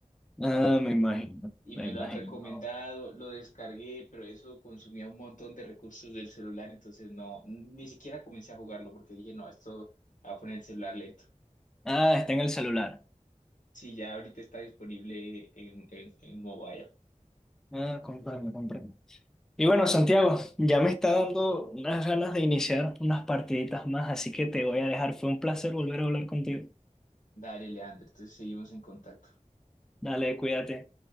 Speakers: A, in the centre; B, on the left.
A: Ah, me imagino,
B: Y
A: me
B: me
A: imagino.
B: lo han recomendado, lo descargué, pero eso consumía un montón de recursos del celular, entonces no, ni siquiera comencé a jugarlo porque dije, no, esto va a poner el celular lento.
A: Ah, está en el celular.
B: Sí, ya ahorita está disponible en, en, en mobile.
A: Ah, comprendo, comprendo. Y bueno, Santiago, ya me está dando unas ganas de iniciar unas partiditas más, así que te voy a dejar. Fue un placer volver a hablar contigo.
B: Dale, Leandro, entonces seguimos en contacto.
A: Dale, cuídate.